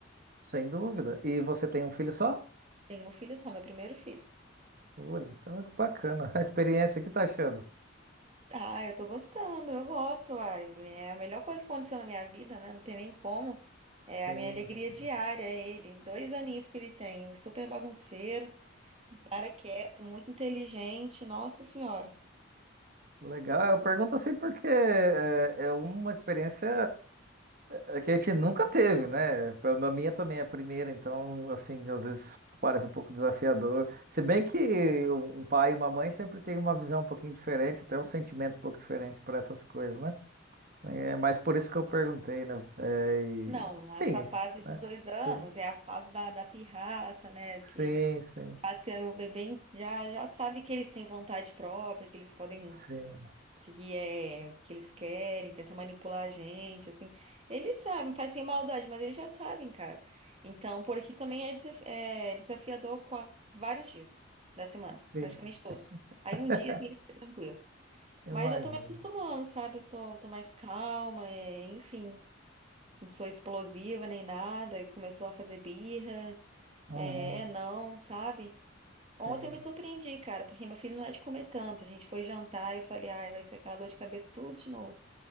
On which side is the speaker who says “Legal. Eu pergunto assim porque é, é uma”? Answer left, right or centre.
Right